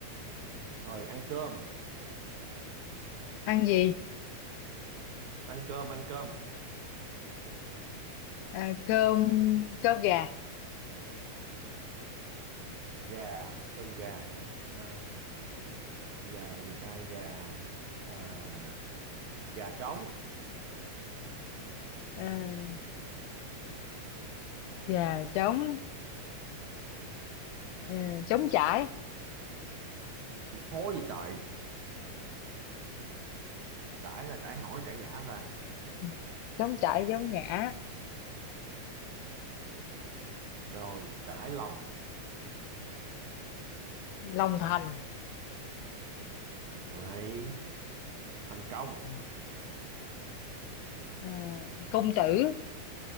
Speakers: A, on the right; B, on the left.
A: rồi ăn cơm
B: ăn gì
A: ăn cơm ăn cơm
B: à, cơm cơm gà
A: gà cơm gà hả à, gà gì ta gà à, gà trống
B: à, gà trống à, trống chải
A: thì thôi gì trời trải là trải hỏi trải ngã ta
B: Ừ, trống chải giống ngã
A: rồi trải lòng
B: lòng thành
A: này thành công
B: Ừ. à, công tử